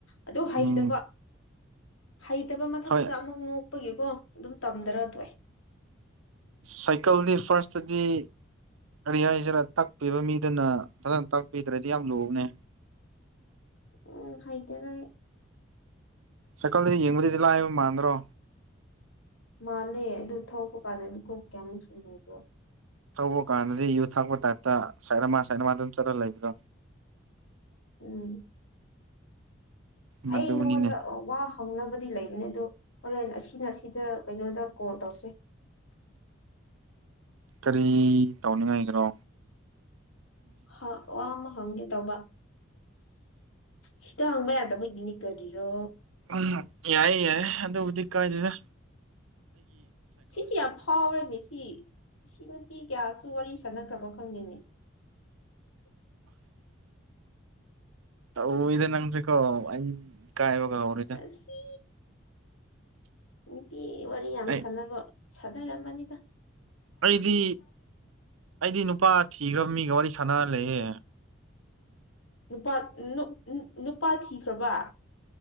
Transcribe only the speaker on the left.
ꯑꯗꯨ ꯍꯩꯇꯕ
ꯍꯩꯇꯕ ꯃꯊꯛꯇ
ꯑꯃꯨꯛ ꯅꯣꯛꯄꯒꯤꯀꯣ ꯑꯗꯨꯝ ꯇꯝꯗꯔ ꯇꯏ
ꯎꯝ ꯈꯥꯏꯇꯗꯥꯏ
ꯃꯥꯜꯂꯦ ꯑꯗꯨ ꯊ ꯀ ꯀꯥꯟꯗꯗꯤ ꯀꯣꯛ ꯀꯌꯥꯃꯨꯛ ꯁꯨꯗꯕ꯭ꯔꯣ
ꯎꯝ
ꯑꯩ ꯅꯉꯣꯟꯗ ꯋꯥ ꯍꯧꯪꯅꯕꯗꯤ ꯂꯩꯕꯅꯦ ꯑꯗꯣ ꯍꯣꯔꯦꯟ ꯑꯁꯤꯅ ꯑꯁꯤꯗ ꯀꯩꯅꯣꯗ ꯀꯣꯜ ꯇꯧꯁꯦ
ꯍ ꯋꯥꯃ ꯍꯦ ꯀ ꯇꯧꯕ ꯁꯤꯗ ꯍꯥꯡꯕ ꯌꯥꯗꯕꯒꯤꯅꯤ ꯀꯔꯤꯔꯣ
ꯁꯤꯁꯤ ꯌꯥꯝ ꯐꯥꯎꯔꯅꯤ ꯁꯤ ꯁꯤ ꯅꯨꯄꯤ ꯀꯌꯥ ꯁꯨ ꯋꯥꯔꯤ ꯁꯥꯟꯅꯈ꯭ꯔꯕ ꯈꯪꯅꯤꯡꯉ
ꯑꯁꯤ ꯅꯨꯄꯤ ꯋꯥꯔꯤ ꯌꯥꯝ
ꯁꯥꯟꯅꯕ ꯁꯗꯔ ꯔꯃꯅꯤꯗ
ꯅꯨꯄꯥ ꯅꯨꯄꯥ ꯊꯤꯈ꯭ꯔꯕ